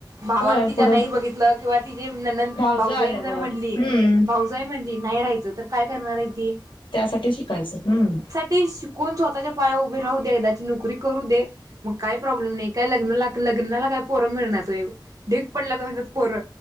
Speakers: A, on the right; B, on the left.
A: भावां
B: होय
A: बघित
B: पुढं
A: किंवा त
B: भावज
A: भाऊज
B: आल्यावर
A: जर म्हणली
B: हम्म
A: भा जय म्हणली नाही राहाचं तर काय करणार आहे ती
B: त्यासाठी शिकायचं हम्
A: ते शिकून स्वतःच्या पाया उभे राहू दे एकदाची नोकरी करू दे. मग काही प्रॉब्लेम नाही काय लग्न लग्नाला काय पोरं मिळणार तय ढीग पडला तर म्हणज पोर